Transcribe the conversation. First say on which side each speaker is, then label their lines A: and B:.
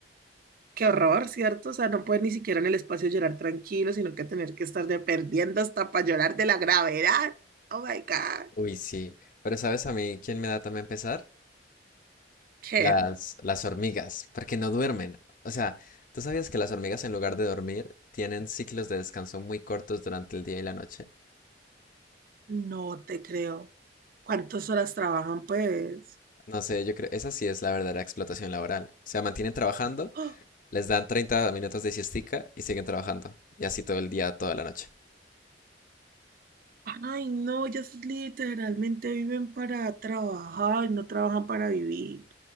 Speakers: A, on the right; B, on the left.
A: Qué horror, ¿cierto? O sea, no pueden ni siquiera en el espacio llorar tranquilo, sino que tener que estar dependiendo hasta para llorar de la gravedad. Oh my God.
B: Uy, sí. Pero ¿sabes a mí quién me da también pesar?
A: ¿Qué?
B: Las, las hormigas, porque no duermen. O sea, ¿tú sabías que las hormigas en lugar de dormir tienen ciclos de descanso muy cortos durante el día y la noche?
A: No te creo. ¿Cuántas horas trabajan, pues?
B: No sé, yo creo, esa sí es la verdadera explotación laboral. O sea, mantienen trabajando,
A: ¡Oh!
B: les dan 30 minutos de siestica y siguen trabajando. Y así todo el día, toda la noche.
A: Ay, no, ellas literalmente viven para trabajar y no trabajan para vivir.